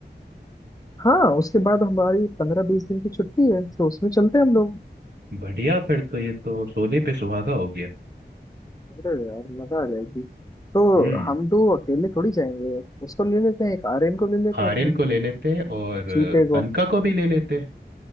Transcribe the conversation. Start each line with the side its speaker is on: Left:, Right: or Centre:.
Left: हाँ उसके बाद हमारी पंद्रह बीस दिन की छुट्टी है तो उसमें चलते हैं हम लोग
Right: बढ़िया फिर तो ये तो सोने पे सुहागा हो गया
Left: अरे यार मजा आ जाएगी तो
Right: हम्म
Left: हम दो अकेले थोड़ी जाएंगे उसको ले लेते हैं एक आर्यन को ले लेते
Right: आर्यन
Left: हैं अपने
Right: को ले लेते और
Left: चीते को
Right: अनका को भी ले लेते